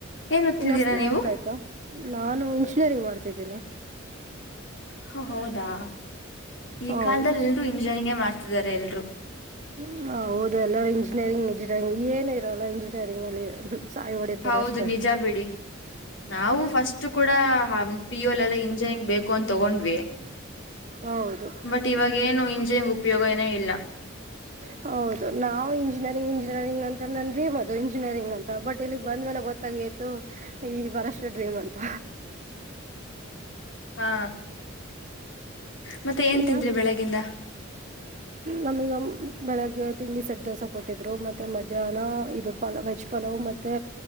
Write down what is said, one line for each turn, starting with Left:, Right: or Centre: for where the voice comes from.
Left: ಏನ್ ಓದ್ತಿದ್ದೀರಾ
Right: ಇನ್ನೊ ಸ್ನ್ಯಕ್ಸ್
Left: ನೀವು
Right: ಆಯ್ತು ನಾನು ಇಂಜಿನಿಯರಿಂಗ್ ಮಾಡ್ತಿದ್ದೀನಿ.
Left: ಹ ಹೌದಾ. ಈ
Right: ಹೌದು
Left: ಕಾಲದಲ್ಲಿ ಎಲ್ರೂ ಇಂಜಿನಿಯರಿಂಗೇ ಮಾಡ್ತಿದಿದ್ದಾರೆ ಎಲ್ಲಾರು.
Right: ಹ ಹೌದು ಎಲ್ಲರೂ ಇಂಜಿನಿಯರಿಂಗ್ ಇಂಜಿನಿಯರಿಂಗ್ ಏನ ಇರೋಲ್ಲ ಇಂಜಿನಿಯರಿಂಗ್ ಅಲ್ಲಿ. ಸಾಯಿ ಹೊಡಿತಾರ
Left: ಹೌದು
Right: ಅಷ್ಟೇ
Left: ನಿಜ ಬಿಡಿ ನಾವು ಫಸ್ಟ್ ಕೂಡ. ಪಿುಲ್ ಅಲ್ಲ ಇಂಜನ್ ಬೇಕು ಅನ್ ತೊಗೊಂಡ್ವಿ.
Right: ಹೌದು
Left: ಬಟ್ ಇವಾಗೇನು ಇಂಜಿನ್ ಉಪಯೋಗನೇ ಇಲ್ಲ.
Right: ಹೌದು ನಾವು ಇಂಜಿನಿಯರಿಂಗ್ ಇ. ಇಂಜಿನಿಯಂಗ್ ಅಂತ ನನ್ ಡ್ರೀಮ್ ಅದು ಇಂಜಿನಿಯರಿಂಗ್ ಅಂತ ಬಟ್ ಇಲ್ಲಿಗ್ ಬಂದ್ ಮೇಲೆ ಗೊತ್ತಾಗಿತ್ತು ಈ ಬರಷ್ಟ ಡ್ರೀಮ್. ಹಂತ.
Left: ಹಾ ಮತ್ತೆ ಏನ್
Right: ಇನ್ನ
Left: ತಿಂದ್ರಿ ಬೆಳಗ್ಗಿಂದ.
Right: ನಮಗ ಬೆಳಗ್ಗೆ ತಿಂಡಿ ಸಡ್ ದೋಸ ಕೊಟ್ಟ. ್ರು ಮತ್ತೆ ಮಧ್ಯಾಹ್ನ ಇದು ಪಲ ವೆಜ್ ಪಲಾವ್ ಮ. ಮತ್ತೆ